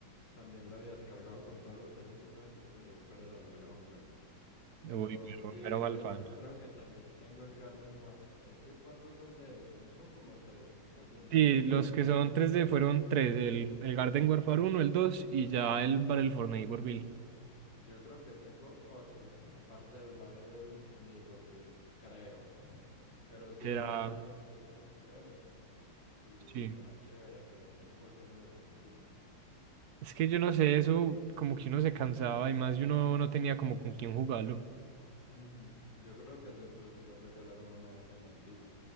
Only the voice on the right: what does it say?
Uy, pero,
pero
mal fan.
Sí,
los
que son
tres d fueron tres, el, el Garden Warfare uno el 2 y ya el Battle for Neighborville.
Será,
sí.
Es que yo no sé, eso como que uno se cansaba y más y uno no tenía como con quién jugarlo.